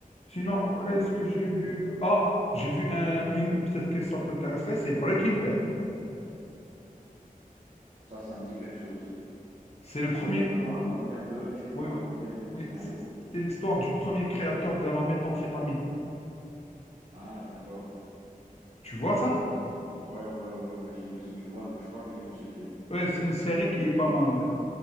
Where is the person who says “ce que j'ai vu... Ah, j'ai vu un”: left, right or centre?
Left